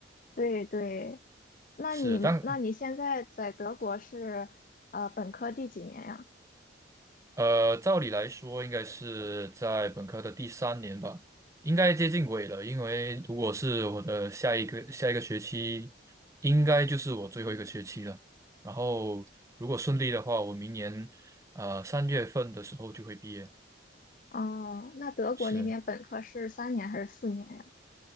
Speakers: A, on the left (about 45°); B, on the right (about 15°).
A: 对对。那你们，
B: 是，但
A: 那你现在在德国是呃本科第几年呀？
B: 呃，照理来说，应该是在本科的第三年吧，应该接近尾了。因为如果是我的下一个下一个学期，应该就是我最后一个学期了。然后，如果顺利的话，我明年呃三月份的时候就会毕业。
A: 哦，那德国那边本科是三年还是四年呀？
B: 是。